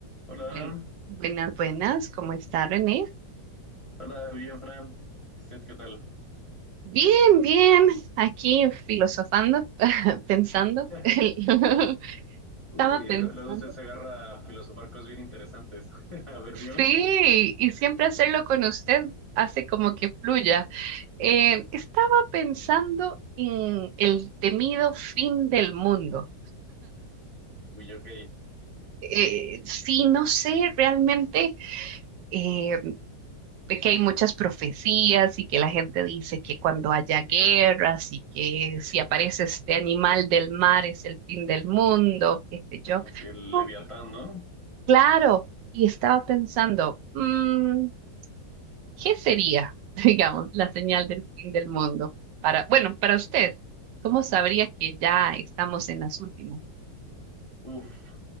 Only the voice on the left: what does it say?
Hola,
hola, bien, Fran. ¿Y usted qué tal?
<laughs>
Uy,
lo- luego usted se agarra a filosofar cosas bien interesantes. <laughs> A ver, dime.
Uy, ok.
Ah, sí, el
Leviatán, ¿no?
Uf,